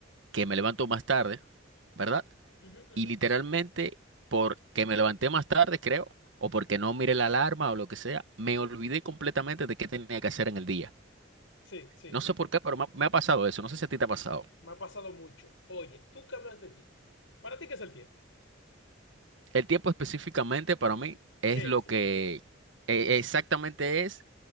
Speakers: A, on the right (about 65°); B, on the left (about 75°).
A: que me levanto más tarde, ¿verdad?
B: Ujú, ujú.
A: Y literalmente, porque me levanté más tarde, creo, o porque no miré la alarma o lo que sea, me olvidé completamente de qué tenía que hacer en el día.
B: Sí, sí,
A: No
B: sí.
A: sé por qué, pero me ha me ha pasado eso. No sé si a ti te ha pasado.
B: Me ha pasado mucho. Oye, tú que hablas de tiempo. ¿Para ti qué es el tiempo?
A: El tiempo específicamente para mí es
B: ¿Qué
A: lo
B: es?
A: que
B: exacto?
A: eh, exactamente es